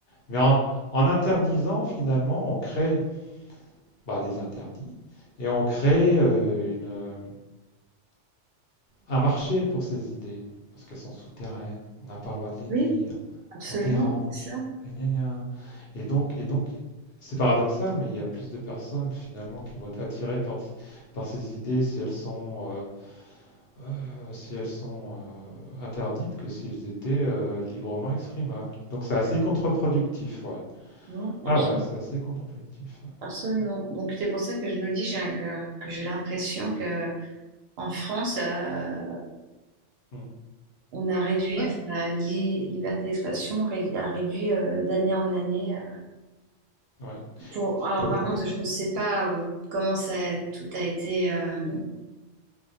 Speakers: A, on the left; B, on the right.
A: Mais en, en interdisant, finalement, on crée bah, des interdits, et on crée euh, une, euh, un marché pour ces idées, parce qu'elles sont souterraines, on n'a pas le droit de les
B: Oui,
A: dire,
B: absolument,
A: on dérange,
B: c'est ça.
A: gna gna. et donc, et donc c'est paradoxal, mais il y a plus de personnes finalement qui vont être attirées par, par ces idées si elles sont euh, Heu, si elles sont, heu, interdites que s'ils étaient, heu, librement exprimables. Donc c'est assez contre-productif, ouais.
B: Non,
A: Ah
B: absolument.
A: ouais, c'est assez contre-productif, ouais.
B: absolument.
A: Bon,
B: Donc, c'est pour ça que je me dis j'ai un- que, que j'ai l'impression que en France, euh,
A: mmh.
B: on a réduit
A: Ouais,
B: enfin, la li- liberté d'expression, ré- a réduit euh, d'année en année. euh,
A: ouais.
B: pour... Alors,
A: Il y a
B: par
A: beaucoup
B: contre, je ne sais pas euh, comment ça, tout a été. euh,